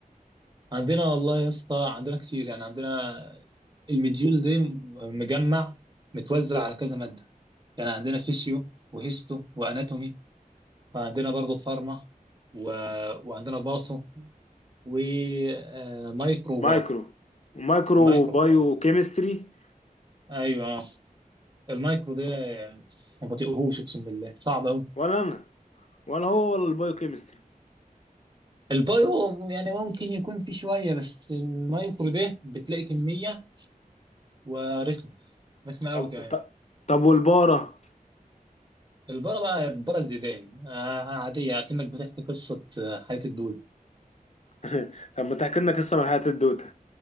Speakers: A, on the right (about 30°); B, on the left (about 50°).
A: عندنا والله يا اسطى عندنا كتير يعني عندنا المديول دي مجمع متوزع على كذا مادة يعني عندنا فيسيو وهيستو واناتومي وعندنا برضه فارما و... وعندنا باصو ومايكرو وبار
B: مايكرو مايكرو
A: مايكرو
B: بايو
A: وبار
B: كيمستري
A: ايوه اه المايكرو ده ما بطيقهوش اقسم بالله صعب قوي
B: ولا أنا ولا هو ولا البايو كيمستري
A: البايو يعني ممكن يكون في شوية بس المايكرو ده بتلاقي كمية ورخمة رخمة قوي
B: طب
A: كمان
B: طب طب والبارة
A: البره بقى البره الديدان آه آه، عادية أكنك بتحكي قصة آه، حياة الدول
B: <laughs> طب ما تحكي لنا قصة من حياة الدودة